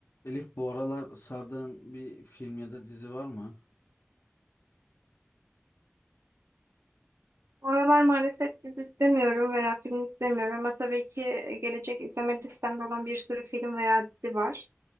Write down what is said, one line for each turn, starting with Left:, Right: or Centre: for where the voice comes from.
Left: Elif bu aralar sardığın bir film ya da dizi var mı?
Right: Bu aralar maalesef dizi istemiyorum veya film istemiyorum ama tabii ki e, gelecek izleme listemde olan bir sürü film veya dizi var.